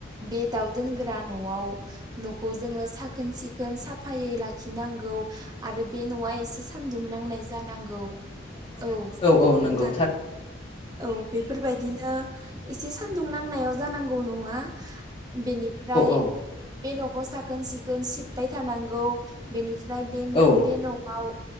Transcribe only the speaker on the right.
बे दाउ दोनग्रा न'आव न'खौ जोङो साखोन सिखोन साफायै लाखिनांगौ आरो बे न'आ एसे सानदुं नांनाय जानांगौ।
औ नोंथां औ बेफोरबाय दिनो एसे सानदुं नांनायाव जानांगौ न'आ। बेनिफ्राय
बे न'खौ साखोन सिखोन सिबबाय थानां गौ, बेनिफ्राय बेन
बे न'आव